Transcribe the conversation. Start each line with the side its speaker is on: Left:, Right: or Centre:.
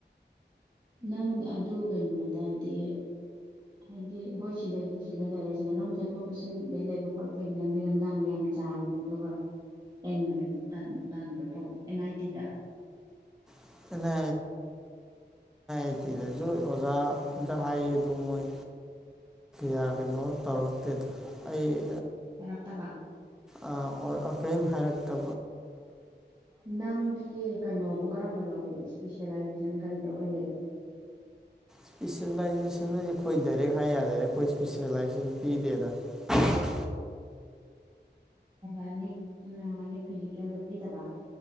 Right: ꯅꯪ ꯑꯗꯨ ꯀꯩꯅꯣꯗꯗꯤ ꯍꯥꯏꯗꯤ ꯍꯣꯏ ꯁꯤꯗꯩꯁꯨ ꯁꯤꯗ ꯂꯩꯔꯦ ꯁꯤꯗ ꯅꯪ ꯆꯠꯊꯣꯛ ꯆꯠꯁꯤꯟꯗꯩ ꯂꯩꯕ ꯈꯣꯠꯄꯩꯗꯤ ꯂꯝꯕꯤ ꯂꯝꯗꯥꯡꯗꯤ ꯌꯥꯝ ꯆꯥꯕꯅꯤ ꯑꯗꯨꯒ ꯑꯦ ꯑꯦꯗꯗꯤ ꯇ ꯇ ꯑꯦꯟ ꯑꯥꯏ ꯇꯤꯗ
Centre: <inaudible> ꯑꯩꯅ ꯑꯇꯦꯗꯁꯨ ꯑꯣꯖꯥꯗ ꯍꯥꯏꯌꯦ ꯑꯗꯨ ꯃꯣꯏ ꯌꯥ ꯀꯩꯅꯣ ꯇꯧꯔꯛꯇꯦꯗ ꯑꯩ
Right: ꯌꯥꯔꯛꯇꯕ
Centre: ꯑ ꯑꯣꯝ ꯍꯥꯏꯔ ꯊꯥ
Right: ꯅꯪꯒꯤ ꯀꯩꯅꯣꯕꯨ ꯀꯔꯝꯕ ꯂꯧꯅꯣ ꯏꯁꯄꯤꯁꯦꯂꯥꯏꯖꯦꯁꯟ ꯀꯔꯤꯗ ꯑꯣꯏꯒꯦ
Centre: ꯏꯁꯄꯤꯁꯦꯂꯥꯏꯖꯦꯁꯟꯖꯤ ꯑꯩꯈꯣꯏ ꯗꯥꯏꯔꯦꯛ ꯍꯥꯏ ꯌꯥꯔꯦꯗ ꯑꯩꯈꯣꯏ ꯏꯁꯄꯤꯁꯦꯂꯥꯏꯖꯦꯁꯟ ꯄꯤꯗꯦꯗ <unintelligible>
Right: ꯒꯥꯅꯤ ꯏꯔꯒꯥꯅꯤꯛ ꯐꯤꯖꯤꯀꯦꯜꯗ ꯄꯤꯗꯕ